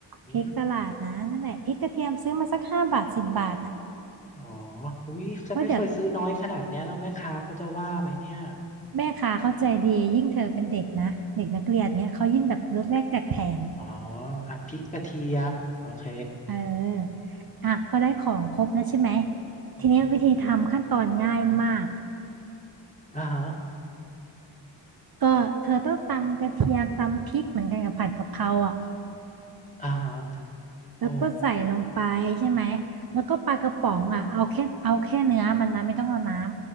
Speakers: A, on the left; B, on the right.
A: อืม
B: พริกตลาดนะนั่นแหละพริกกระเทียมซื้อมาสักห้าบาทสิบบาทนะ
A: หรออุ้ยฉันไม่เคยซื้อน้อยขนาดเนี้ยแล้วแม่ค้าเขาจะว่าไหมเนี่ย
B: เพราะเดี๋ยวแม่ค้าเขาใจดียิ่งเธอเป็นเด็กนะเด็กนักเรียนเงี้ยเขายิ่งแบบลดแลกแจกแถม
A: อ๋ออ่ะพริกกระเทียมโอเค
B: เอออ่ะพอได้ของครบแล้วใช่ไหม
A: อือฮึ
B: ทีเนี้ยวิธีทำขั้นตอนง่ายมาก
A: อ่าฮะ
B: ก็เธอต้องตำกระเทียมตำพริกเหมือนกันกับผัดกะเพราอ่ะ
A: อ่าฮะโอ้
B: แล้วก็ใส่ลงไปใช่ไหมแล้วก็ปลากระป๋องอ่ะเอาแค่เอาแค่เนื้อมันนะไม่ต้องเอาน้ำ